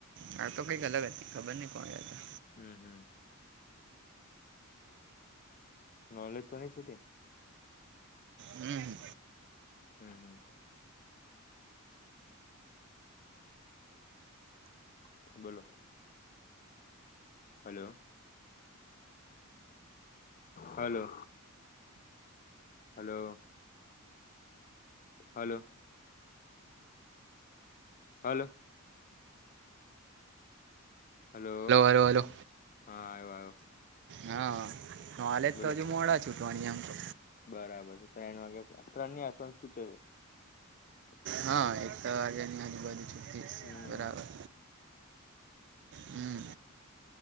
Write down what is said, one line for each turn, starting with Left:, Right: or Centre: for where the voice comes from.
Right: હા તો કંઈક અલગ હતી ખબર નઈ કોણ હતા
Left: હમ હમ નોલેજ તો નહી છુટી
Right: હમ
Left: હમ હમ બોલો hello hello hello hello hello hello
Right: hello hello
Left: હા આવ આવ્યો
Right: હા હાલે જ
Left: બોલો
Right: તો હજુ મોડા છૂટવાણી આમ તો
Left: બરાબર છે ત્રણ વાગ્યા ત્રણ ની આસપાસ શું છે છે
Right: હા એક તો વાગે ની આજુબજુ છસ
Left: હમ
Right: બરાબર હમ